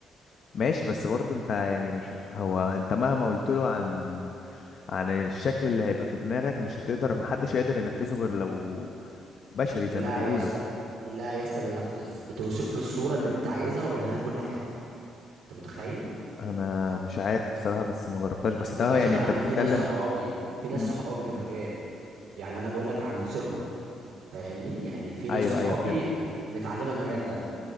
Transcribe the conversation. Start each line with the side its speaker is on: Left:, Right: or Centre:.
Left: ماشي بس برضو انت يعني مش هو انت مهما قلت له عن عن الشكل اللي هيبقى في دماغك مش هتقدر محدش هيقدر ينفذه غير لو بشري زي
Right: لا
Left: ما بيقولوا
Right: يا اسطى لا يا اسطى بينفذ بتوصف له الصوره اللي انت عايزها وبيعمل لك كل حاجه انت متخيل
Left: انا مش عارف بصراحة بس ما جربتهاش بس ده
Right: يا باشا
Left: يعني
Right: انا
Left: انت
Right: انا
Left: بتتكلم
Right: في ناس صحابي في ناس
Left: مم،
Right: صحابي في المجال يعني انا بقول لك عن ثقه فاهمني يعني في
Left: ايوه
Right: ناس صحابي
Left: ايوه فهمتك
Right: متعلمه المجال ده